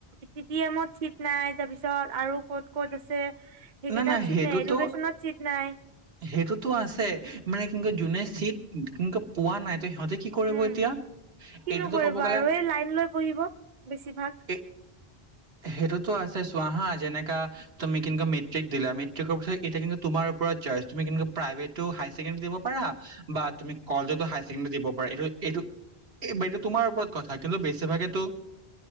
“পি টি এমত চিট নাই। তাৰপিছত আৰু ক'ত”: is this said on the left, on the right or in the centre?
Right